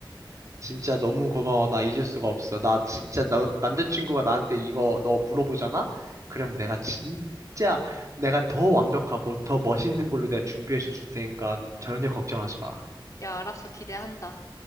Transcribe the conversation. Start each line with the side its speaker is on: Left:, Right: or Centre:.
Right: 진짜 너무 고마워. 나 잊을 수가 없어. 나 진짜 나, 남자친구가 나한테 이거 너 물어보잖아? 그럼 내가 진짜 내가 더 완벽하고 더 멋있는 걸로 내가 준비해서 줄 테니까 전혀 걱정하지 마.
Left: 야, 알았어. 기대한다.